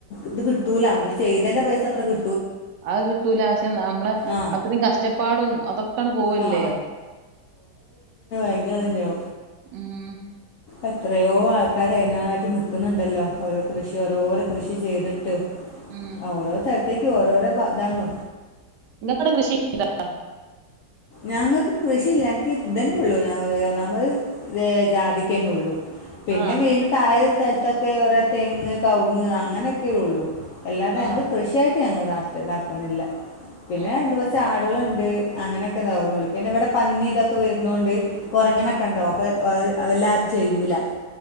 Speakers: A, on the left (about 75°); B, on the right (about 80°).
A: ഇത് കിട്ടൂല നമ്മള് ചെയ്ത പൈസ അത്ര കി
B: അത് കിട്ടൂല പക്ഷെ നമ്മള്
A: ആ
B: അത്രയും കഷ്ടപ്പാടും അതൊക്കട് പോവല്ലേ
A: ആ <unintelligible> തന്നെയോ
B: ആഹ
A: എത്രയോ ആൾക്കാര് അതിനായിട്ട് നക്കുന്നുണ്ടല്ലോ ഓരോ കൃഷി ഓരോരോ കൃഷി ചെയ്തിട്ട്
B: ഉം
A: ഓരോ സ്ഥലത്തേക്കും ഓരോരോതാന്നോ
B: നിങ്ങക്കാടെ കൃഷി ണ്ടോ?
A: ഞങ്ങൾക്ക് കൃഷി ഇല്ല ഞങ്ങക്ക് ഇതന്നെ ഉള്ളു നമ്മള് ജാതിക്ക്ന്നെ ഉള്ളു പിന്നെ
B: ആഹ്
A: വീണ് താഴെ സ്ഥലത്തൊക്കെ ഓരോ തെങ്ങ് കൗങ്ങ് അങ്ങനെയൊക്കെള്ളു അല്ലാത ഞങ്ങൾ
B: ആഹ്
A: കൃഷിയായിട്ട് ഞങ്ങള് ഇ ഇതാക്കുന്നില്ല പിന്നെ
B: ഉം
A: രണ്ട് കുർച്ചാ ഉണ്ട് അങ്ങനെയൊക്കെ പിന്നെ ഇവിടെ പന്നി ഇതൊക്കെ വരുന്നൊണ്ട് കൊരങ്ങനൊക്കെ
B: ആഹ്
A: ഉണ്ടാവും അപ്പൊ അതെല്ലാരും ചെയ്യൂല